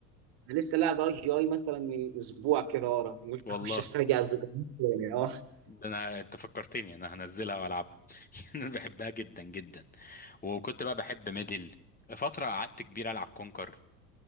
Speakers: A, on the right; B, on the left.
A: انا لسه لاعب اي جي اي مثلا من اسبوع كده ورا قلت
B: والله
A: اخش استرجع الذكريات يعني اه
B: ده انا انت فكرتني انا هنزلها والعبها <laughs> انا بحبها جدا جدا وكنت بقى بحب ميدل فترة قعدت كبير العب كونكر